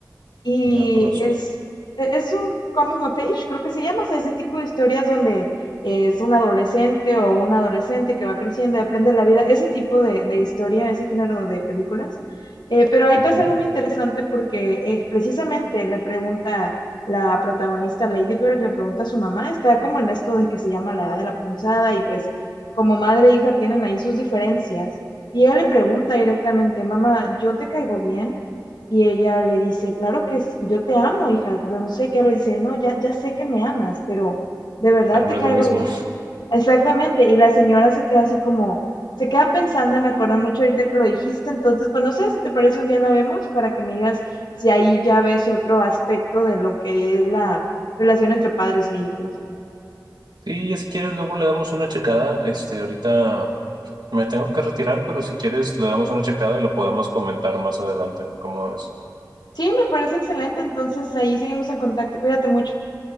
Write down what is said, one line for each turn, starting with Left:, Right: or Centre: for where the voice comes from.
Left: y
Right: No la conozco,
Left: es, e- es un coming of age, creo que se llama, o sea, ese tipo de historias donde es un adolescente o un adolescente que va creciendo y aprende la vida, ese tipo de, de historia, ese género de películas. Eh, pero ahí
Right: ujú.
Left: pasa algo muy interesante porque eh, precisamente le pregunta la protagonista Lady Bird, le pregunta a su mamá, está como en esto de que se llama la edad de la punzada y pues como madre e hija tienen ahí sus diferencias. Y ella le pregunta directamente, mamá, ¿yo te caigo bien? Y ella le dice, claro que s- yo te amo, hija, pero no sé qué habla. Dice, no, ya, ya sé que me amas, pero ¿de verdad
Right: pero no
Left: te
Right: es
Left: caigo
Right: lo mismo.
Left: bien? Exactamente. Y la señora se queda así como, se queda pensando y me acuerdo mucho ahorita que lo dijiste. Entonces, pues no sé si te parece un día la vemos para que me digas si ahí ya ves otro aspecto de lo que es la relación entre padres e hijos.
Right: Sí, ya si quieres, luego le damos una checada. Este, ahorita me tengo que retirar, pero si quieres, le damos una checada y la podemos comentar más adelante, ¿cómo es?
Left: Sí, me parece excelente. Entonces ahí seguimos en contacto. Cuídate mucho.